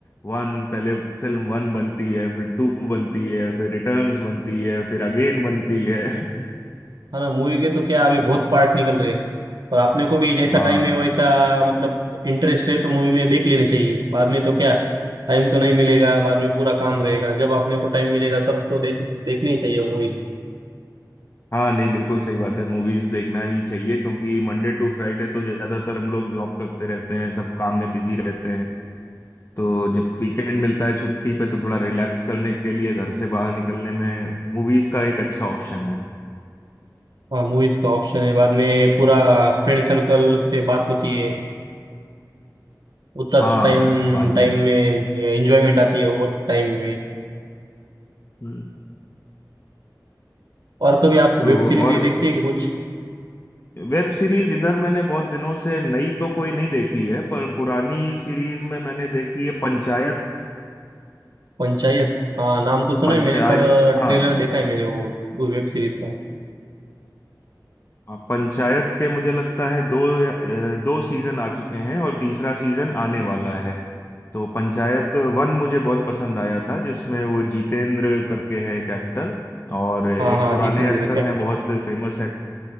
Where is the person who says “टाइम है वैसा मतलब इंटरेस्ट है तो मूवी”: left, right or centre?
Right